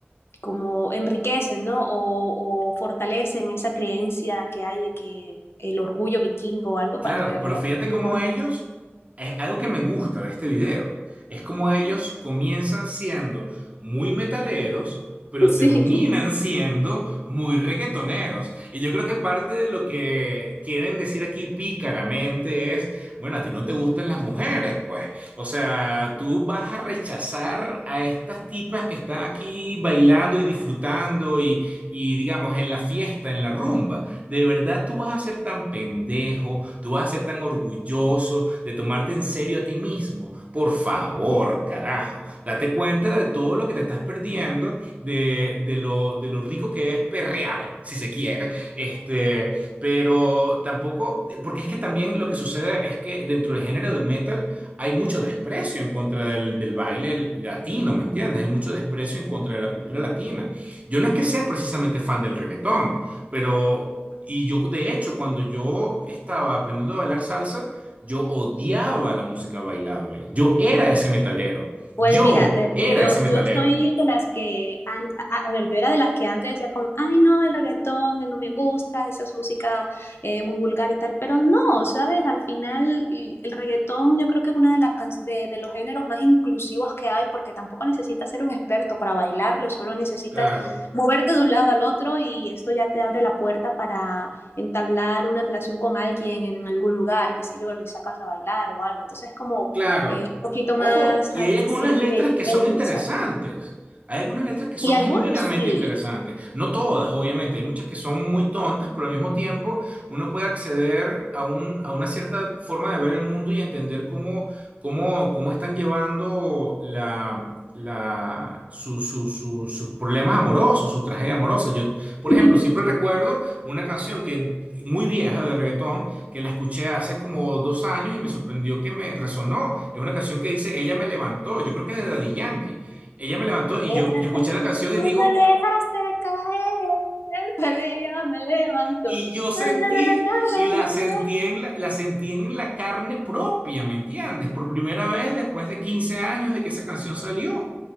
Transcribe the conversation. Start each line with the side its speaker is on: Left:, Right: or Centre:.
Left: como enriquecen, ¿no? O, o, fortalecen esa creencia que hay de que el orgullo vikingo o algo,
Right: Claro,
Left: cuando en realidad
Right: pero fíjate
Left: no,
Right: cómo
Left: no.
Right: ellos, es algo que me gusta de este video, es como ellos comienzan siendo muy metaleros, pero
Left: <laughs> Sí.
Right: terminan siendo muy reggaetoneros. Y yo creo que parte de lo que quieren decir aquí pícaramente es, bueno, a ti no te gustan las mujeres, pues. O sea, tú vas a rechazar a estas tipas que están aquí bailando y disfrutando y, y digamos, en la fiesta, en la rumba. ¿De verdad tú vas a ser tan pendejo? ¿Tú vas a ser tan orgulloso de tomarte en serio a ti mismo? Por favor, carajo. Date cuenta de todo lo que te estás perdiendo, de, de lo, de lo rico que es perrear, si se quiere. Este, pero tampoco, porque es que también lo que sucede es que dentro del género del metal hay mucho desprecio en contra del, del baile latino, ¿me entiendes? Hay mucho desprecio en contra de la cultura latina. Yo no es que sea precisamente fan del reggaetón, pero y yo, de hecho, cuando yo estaba aprendiendo a bailar salsa, yo odiaba la música bailable. Yo era ese metalero.
Left: Pues
Right: Yo
Left: mira, eh,
Right: era
Left: yo,
Right: ese metalero.
Left: yo soy de las que, an- a, a ver, yo era de las que antes decía como, ay no, el reggaetón eh, no me gusta, esa es música eh, muy vulgar y tal, pero no, ¿sabes? Al final y el reggaetón yo creo que es uno de, las can- de, de los géneros más inclusivos que hay porque tampoco necesitas ser un experto para bailarlo, solo necesitas
Right: Claro.
Left: moverte de un lado al otro y esto ya te abre la puerta para entablar una relación con alguien en algún lugar, qué sé yo, le sacas a bailar o algo, entonces como
Right: Claro.
Left: eh, un poquito
Right: Ojo,
Left: más
Right: y
Left: accesible
Right: hay algunas letras que son
Left: e universal.
Right: interesantes. Hay algunas letras que son
Left: Y algunos
Right: genuinamente
Left: sí.
Right: interesantes. No todas, obviamente. Hay muchas que son muy tontas, pero al mismo tiempo uno puede acceder a un, a una cierta forma de ver el mundo y entender cómo, cómo, cómo están llevando la, la, su- su- su- sus problemas amorosos, su tragedia amorosa. Yo, por
Left: <laughs>
Right: ejemplo, siempre recuerdo una canción que muy vieja de reggaetón que la escuché hace como dos años y me sorprendió que me resonó. Es una canción que dice Ella me levantó, yo creo que es de Daddy Yankee. Ella me levantó y
Left: Eh,
Right: yo, yo escuché
Left: eh,
Right: la canción y
Left: Tú
Right: digo,
Left: me dejaste caer, pero ella me levantó.
Right: y yo sentí,
Left: Na, na, na, na,
Right: y la
Left: na,
Right: sentí
Left: na, na.
Right: en la, la sentí en la carne propia, ¿me entiendes? Por primera vez después de 15 años de que esa canción salió.